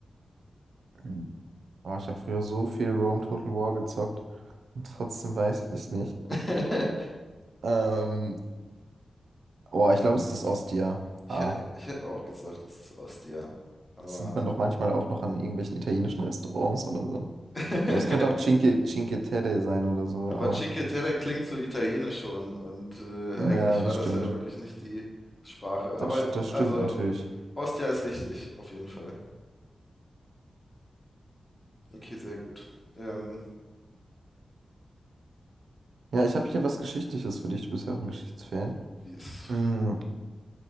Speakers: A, on the right; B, on the left.
A: Mhm. Oh, ich habe früher so viel Rome Total War gezockt und trotzdem weiß ich es nicht.
B: <laughs>
A: Ähm, oh, ich glaube, es ist Ostia.
B: Ich
A: Ah,
B: hätte, ich hätte auch gesagt, es ist Ostia. Aber,
A: das sieht man doch manchmal auch noch an irgendwelchen italienischen Restaurants oder so.
B: <laughs>
A: Aber es könnte auch Cinque, Cinque Terre sein oder so,
B: aber
A: aber
B: Cinque Terre klingt so italienisch schon und äh,
A: ja,
B: eigentlich
A: das
B: war das
A: stimmt.
B: ja wirklich nicht die Sprache.
A: Das,
B: Aber
A: das stimmt
B: also
A: natürlich.
B: Ostia ist richtig, auf jeden Fall. Okay, sehr gut. Ähm,
A: Ja, ich habe hier was Geschichtliches für dich. Du bist ja auch ein Geschichtsfan.
B: ist,
A: Mm,